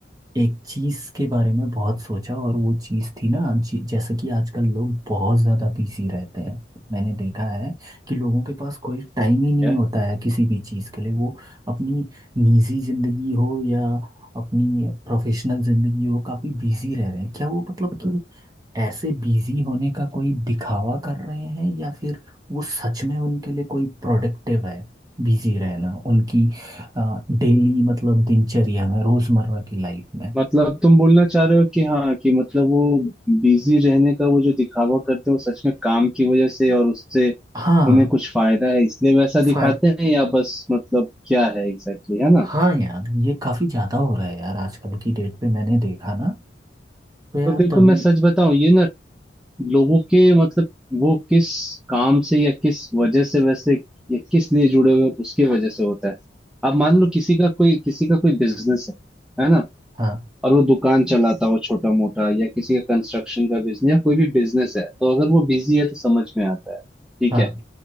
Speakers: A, on the right; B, in the centre.
A: एक चीज़ के बारे में बहुत सोचा और वो चीज़ थी ना जी- जैसे कि आजकल लोग बहुत ज़्यादा बिजी रहते हैं मैंने देखा है कि लोगों के पास कोई टाइम ही
B: क्या
A: नहीं होता है किसी भी चीज़ के लिए वो अपनी निजी ज़िंदगी हो या अपनी प्रोफेशनल ज़िंदगी हो काफ़ी बिजी रह रहे हैं क्या वो मतलब कि ऐसे बिजी होने का कोई दिखावा कर रहे हैं या फिर वो सच में उनके लिए कोई प्रोडक्टिव है बिजी रहना उनकी डेली मतलब दिनचर्या में रोजमर्रा की लाइफ में
B: मतलब तुम बोलना चाह रहे हो कि हाँ कि मतलब वो बिजी रहने का वो जो दिखावा करते हैं वो सच में काम की वजह से और उससे
A: हाँ
B: उन्हें कुछ फायदा है इसलिए वैसा
A: फाय
B: दिखाते हैं या बस मतलब क्या है एग्जैक्टली exactly, है ना
A: हाँ यार ये काफी ज्यादा हो रहा है यार आजकल की डेट पे मैंने देखा ना तो यार
B: तो देखो
A: तभी
B: मैं सच बताऊं ये ना लोगों के मतलब वो किस काम से या किस वजह से वैसे या किस लिए जुड़े हुए हैं, उसके वजह से होता है अब मान लो किसी का कोई किसी का कोई बिजनेस है है ना
A: हाँ
B: और वो दुकान चलाता हो छोटा मोटा या किसी का कंस्ट्रक्शन का बिजनेस या कोई भी बिजनेस है तो अगर वो बिजी है तो समझ में आता है ठीक
A: हाँ
B: है